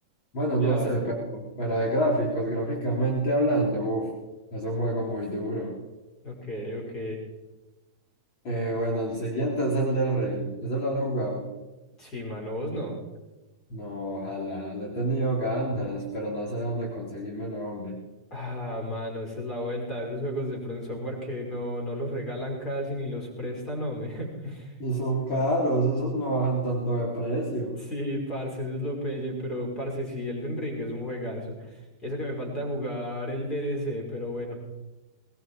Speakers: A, on the left; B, on the left.
A: Bueno,
B: Ya,
A: no sé, pero, pero de gráficos, gráficamente hablando, uf, es un juego muy duro.
B: ok, ok.
A: Eh, bueno, el siguiente es el del Ring. ¿Ese lo has jugado?
B: Sí, mano, vos no.
A: No, ojalá. Le he tenido ganas, pero no sé dónde conseguírmelo, hombre.
B: Ah, mano, esa es la vuelta. Esos juegos de From Software que no, no los regalan casi ni los prestan, hombre. <laughs>
A: Y son caros, esos no bajan tanto de precio.
B: Sí, parce, eso es lo pelle, pero parce, sí, Elden Ring es un juegazo. Eso que me falta jugar el D. DLC, pero bueno.